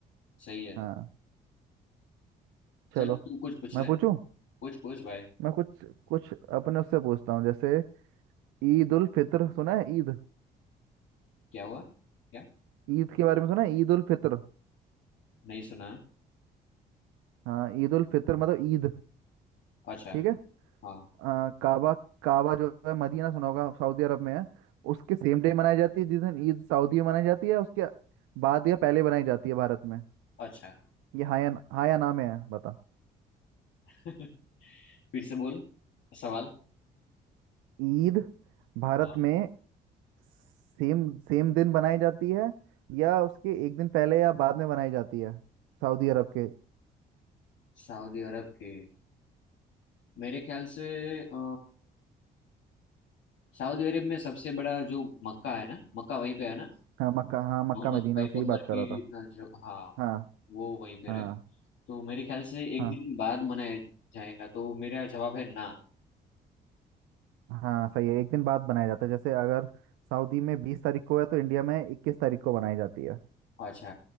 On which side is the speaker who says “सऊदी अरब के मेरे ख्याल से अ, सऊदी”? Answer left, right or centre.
Left